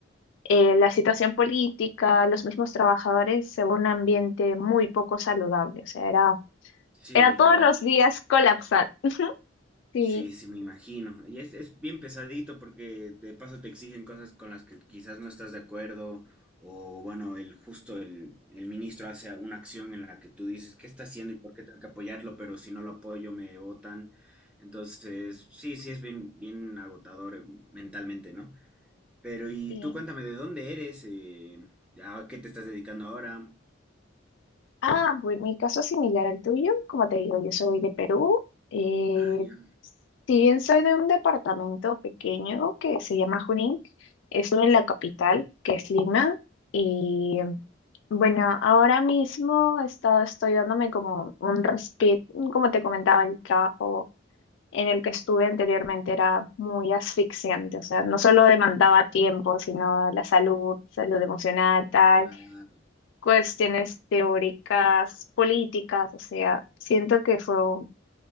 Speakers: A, on the left; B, in the centre.
A: eh, la situación política, los mismos trabajadores, se ve un ambiente muy poco saludable. O sea, era,
B: Sí,
A: era todos
B: la verdad,
A: los días colapsar. Sí,
B: sí, sí, me imagino. Y es, es bien pesadito porque de paso te exigen cosas con las que quizás no estás de acuerdo o bueno, el justo el, el ministro hace una acción en la que tú dices, ¿qué está haciendo y por qué tengo que apoyarlo? Pero si no lo apoyo me votan. Entonces, sí, sí, es bien, bien agotador eh, mentalmente, ¿no? Pero y
A: sí.
B: tú cuéntame, ¿de dónde eres? Eh, ¿a qué te estás dedicando ahora?
A: Ah, bueno, mi caso es similar al tuyo. Como te digo, yo soy de Perú. eh,
B: Ah, ya.
A: si bien soy de un departamento pequeño que se llama Junín, estuve en la capital, que es Lima, y bueno, ahora mismo he estado- estoy dándome como un respiro, como te comentaba, el trabajo en el que estuve anteriormente era muy asfixiante, o sea, no solo demandaba tiempo, sino la salud, salud emocional, tal,
B: Claro.
A: cuestiones teóricas, políticas, o sea, siento que fue un